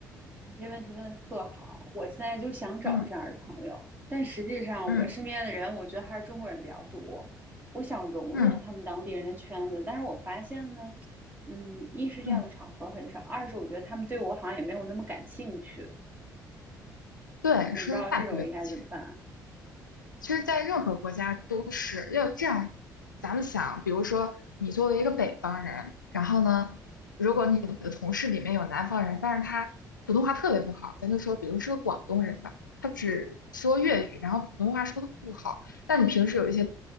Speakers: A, on the right (about 15°); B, on the left (about 85°).
A: 你这问题问的特好，我现在就想找这样的朋友，
B: 嗯
A: 但实际上我身边的人，
B: 嗯
A: 我觉得还是中国人比较多。我想融入他们当地人的圈子，
B: 嗯
A: 但是我发现呢，嗯，一是这样的场合很少，
B: 嗯，
A: 二是我觉得他们对我好像也没有那么感兴趣，
B: 对，
A: 我不知道这种应该怎么办。
B: 说的太对了，其实。其实，在任何国家都是要这样。咱们想，比如说你作为一个北方人，然后呢，如果你的同事里面有南方人，但是他普通话特别不好，咱就说，比如是个广东人吧，他只说粤语，然后普通话说的不好，那你平时有一些